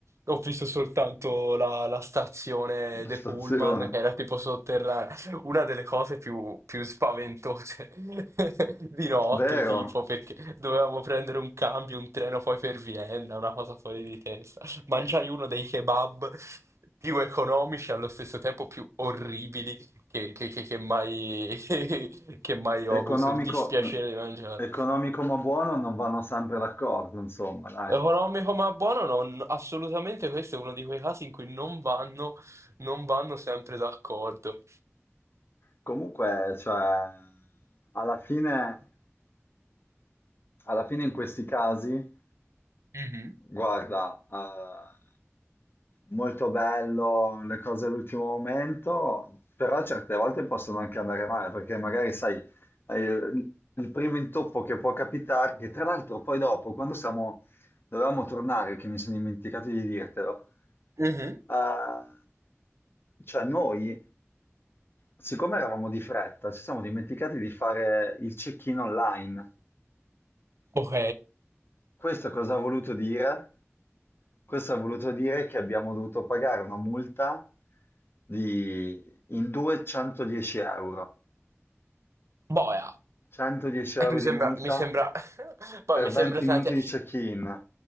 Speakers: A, on the right; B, on the left.
A: ho visto soltanto la, la stazione
B: alla
A: dei
B: stazione.
A: Pullman, che era tipo sotterranea. Una delle cose più, più spaventose <laughs> di notte,
B: Vero?
A: tipo, perché dovevamo prendere un cambio, un treno poi per Vienna, una cosa fuori di testa mangiai uno dei kebab più economici e allo stesso tempo più orribili che, che- che- che mai, <laughs> che mai ho avuto
B: Economico,
A: il dispiacere
B: eh,
A: di mangiare.
B: economico ma buono non vanno sempre d'accordo, insomma, dai.
A: Economico ma buono, no, assolutamente questo è uno di quei casi in cui non vanno, non vanno sempre d'accordo.
B: Comunque, cioè, alla fine, alla fine in questi casi
A: Mhm.
B: Guarda, eh, molto bello le cose all'ultimo momento, però certe volte possono anche andare male, perché magari sai, eh, il il primo intoppo che può capitare, che tra l'altro poi dopo, quando siamo, dovevamo tornare, che mi sono dimenticato di dirtelo,
A: Mhm.
B: eh, cioè noi, siccome eravamo di fretta, ci siamo dimenticati di fare il check-in online.
A: Ok,
B: Questo cosa ha voluto dire? Questo ha voluto dire che abbiamo dovuto pagare una multa di in due 110 euro.
A: boia.
B: 110 euro
A: Mi
B: di
A: sembra,
B: multa
A: mi sembra, <laughs> poi
B: per
A: mi sembra
B: 20
A: tante.
B: minuti di check-in.